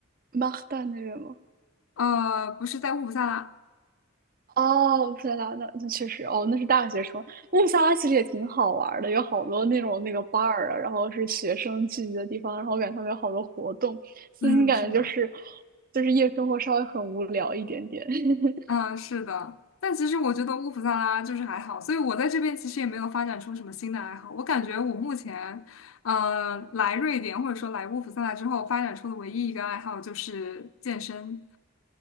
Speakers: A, on the right; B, on the left.
A: 马赫代那边吗？
B: 呃，不是在乌普萨拉，
A: 哦，天拉那那确实哦，那是大学城。那布萨拉其实也挺好玩儿的，有好多那种那个 bar 啊，然后是学生聚集的地方，然后我感觉他们有好多活动。私心感觉就是
B: 嗯，是的。
A: 就是夜生活稍微很无聊一点点。<laughs>
B: 嗯，是的，但其实我觉得乌普萨拉就是还好，所以我在这边其实也没有发展出什么新的爱好。我感觉我目前，呃，来瑞典或者说来乌普萨拉之后发展出的唯一一个爱好就是健身。